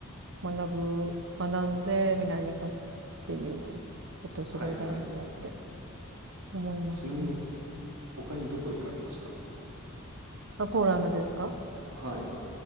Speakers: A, on the right; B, on the right.
A: 学ぶ、学んで未来に生かすっていうことすごい大事だなって
B: はいはい。
A: 思いますね。
B: ちなみに他にどこ行かれました
A: あ、ポーランドですか
B: はい。